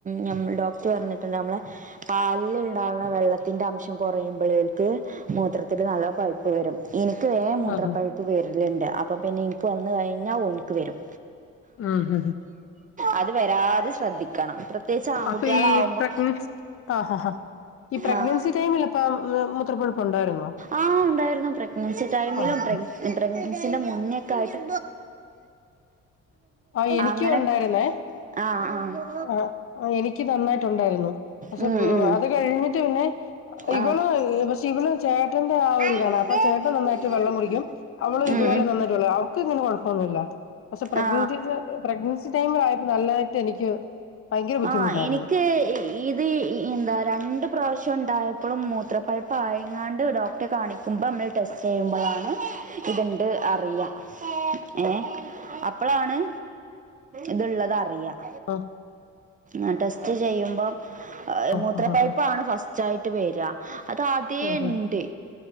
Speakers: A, on the right; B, on the left.
A: ഞമ്മൾ ഡോക്ടർ പറഞ്ഞി ട്ടുണ്ട് നമ്മളുടെ പാലിൽ ഉണ്ടാവുന്ന വെള്ളത്തിന്റെ അംശം കുറയുമ്പോഴേൾക്ക് മൂത്രത്തി നല്ല പൈപ്പ് വരും എനിക്ക് വേറെ മൂത്രപ്പഴപ്പ്
B: ആഹാ ആഹാ
A: വെരലുണ്ട് അപ്പൊ പിന്നെ എനിക്ക് വന്ന കഴിഞ്ഞ പൊളികുവരും
B: ഉം ഉം ഉം
A: അത് വരാതെ ശ്രദ്ധിക്കണം പ്രതേകിച്ചു ആൺകുട്ടിക്കാളക്കുമ്പോൾ
B: അപ്പൊ ഈ പ്രഗ്നൻസ് ആഹ് ആഹ് ഈ പ്രഗ്നൻസി
A: ആഹ്
B: ടൈമിൽ അപ്പ മൂത്രപ്പഴുപ്പ് ഉണ്ടായിരുന്നോ?
A: ആഹ് ഉണ്ടായിരുന്നു പ്രഗ്നൻസി ടൈമിലും
B: ആഹ്
A: പ്രഗന പ്രഗ്നെസിന്റെ മുന്നെക്കെ ആയിട്ട്
B: ആഹ് എനിക്കും
A: അങ്ങനെെ
B: ഉണ്ടായിരുന്നേ
A: ആഹ് ആഹ്
B: ആഹ് ആഹ് എനിക്ക് നന്നായിട്ടുണ്ടായിരുന്നു പക്ഷെ
A: ഉം ഉം
B: അത് കഴിഞ്ഞിട്ട് പിന്നെ
A: ആ
B: ഇവള് പക്ഷെ ഇവള് ചേട്ടന്റെ ആ ഒരു ഇതാണ്
A: ഉം
B: അപ്പൊ ചേട്ടൻ നന്നായിട്ട് വെള്ളം മുടിക്കും അവളും ഇതുപോലെ
A: ഉം
B: തന്നിട്ട് വെള്ള ഇങ്ങനെ കുഴപ്പൊന്നുമില്ല പക്ഷെ പ്രഗ്നൻസി
A: ആ
B: പ്രഗ്നൻസി ടൈമിലയപ്പോ നല്ലതായിട്ട് എനിക്ക് ഭയങ്കര ബുദ്ധിമുട്ടായിരുന്നു.
A: ആഹ് എനിക്ക് ഈ ഇത് എന്താ രണ്ടണ്ട് പ്രാവശ്യം ഉണ്ടായപ്പോഴും മൂത്രപ്പഴപ്പം ആയതാണ്ട ഡോക്ടറെ കാണിക്കുമ്പോൾ നമ്മൾ ടെസ്റ്റ് ചെയ്യുമ്പോഴാണ് ഇതുണ്ട് അറിയ ഏഹ് അപ്പോളാണ് ഇതുള്ളതറിയാം
B: ഓ
A: ആഹ് ടെസ്റ്റ് ചെയ്യുമ്പം
B: ആഹ്
A: മൂത്രപൈപ്പാണ് ഫസ്റ്റ് ച്ചായിട്ട് വരി അത് അദ്യേ
B: ആഹ്
A: ഉണ്ട്